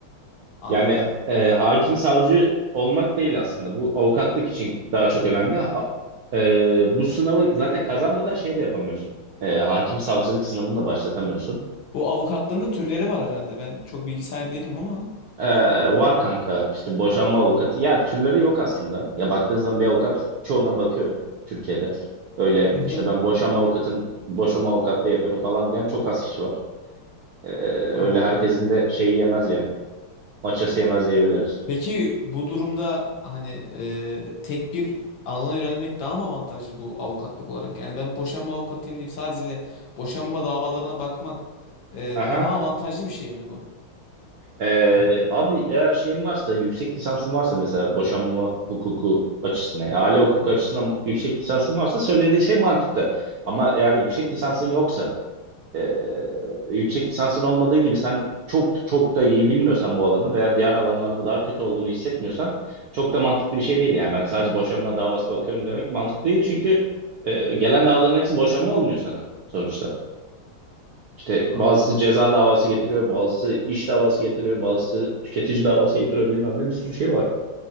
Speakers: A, on the left; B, on the right.
A: Anladım.
B: Yani e, hakim savcı olmak değil aslında. Bu avukatlık için daha çok önemli. A- e, bu sınavı zaten kazanmadan şey de yapamıyorsun. E, hakim savcılık sınavını da başlatamıyorsun.
A: Bu avukatlığın da türleri var herhalde. Ben çok bilgi sahibi değilim ama.
B: Ee, var kanka işte boşanma avukatı. Ya türleri yok aslında. Ya baktığın zaman bir avukat çoğuna bakıyor Türkiye'de. Öyle
A: Hı hı.
B: işte ben boşanma avukatın boşanma avukatlığı yapıyorum falan diyen çok az kişi var. Ee,
A: Anladım.
B: öyle herkesin de şeyi yemez yani. Maçası yemez diyebiliriz.
A: Peki bu durumda hani e, tek bir alana yönelmek daha mı avantajlı bu avukatlık olarak? Yani ben boşanma avukatıyım deyip sadece boşanma davalarına bakmak e,
B: Aha
A: daha avantajlı bir şey mi bu?
B: Ee, abi eğer şeyin varsa, yüksek lisansın varsa mesela boşanma hukuku açısından, yani aile hukuku açısından yüksek lisansın varsa söylediğin şey mantıklı. Ama eğer yüksek lisansın yoksa, ee, yüksek lisansın olmadığı gibi sen çok çok da iyi bilmiyorsan bu alanı veya diğer alanlarda daha kötü olduğunu hissetmiyorsan çok da mantıklı bir şey değil. Yani ben sadece boşanma davası bakıyorum demek mantıklı değil çünkü ee, gelen davaların hepsi boşanma olmuyor sana sonuçta. İşte
A: Anladım.
B: bazısı ceza davası getiriyor, bazısı iş davası getiriyor, bazısı tüketici davası getiriyor bilmem ne bir sürü şey var.